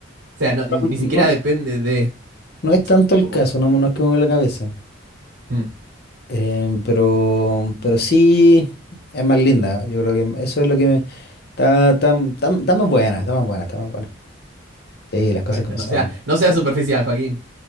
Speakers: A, on the right; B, on the left.
A: O sea, no, ni
B: No,
A: siquiera
B: no
A: depende de,
B: no es tanto el
A: como,
B: caso, no, no es que me mueva la cabeza.
A: mm,
B: Em, pero, pero sí es más linda, yo creo que eso es lo que me... Está, está, está, está más buena, está más buena, está más buena. Sí, las cosas
A: bueno,
B: como
A: no
B: son.
A: sea, no sea superficial, Joaquín.